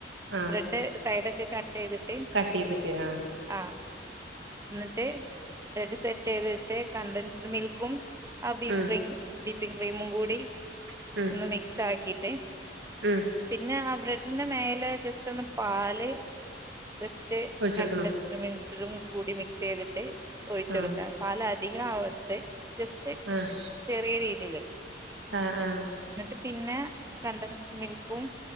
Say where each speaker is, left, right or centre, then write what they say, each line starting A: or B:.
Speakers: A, on the right (about 80°); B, on the right (about 15°).
A: ആഹ്
B: ബ്രെഡ് സൈഡ ഒക്കെ കട്ട് ചെയ്തിട്ട്
A: കട്ട് ചെയ്തിട്ട് ആഹ്
B: ആഹ് എന്നിട്ട് ബ്രെഡ് സെറ്റ് ചെയ്ത് ട്ട് കണ്ടൻസ്ഡ് മിൽക്കും ആ ബീപ
A: ഉം
B: ബീപ്പിങ് ക്രീമും കൂടി
A: ഉം
B: ഒന്ന് മിക്സ് ആക്കിട്ട്
A: ഉം
B: പിന്നെ ആ ബ്രെഡിന്റെ മേലെ ജസ്റ്റ് ഒന്ന് പാല് ജസ്റ്റ്
A: ഒഴിച്ചൊടുക്കണോ
B: കണ്ടൻസിലും മിൻസിലും കൂടി മിക്സ് ചെയ്തിട്ട് ഒഴിച്ച
A: ആഹ്
B: കൊടുക്കാം പാല അധികം ആവണ്ടത് ജസ്റ്റ്
A: ആഹ്
B: ചെറിയ രീതിയില്
A: ആഹ് ആഹ്
B: എന്നിട്ട് പിന്നെ കണ്ടൻസ്ഡ് മിൽക്കും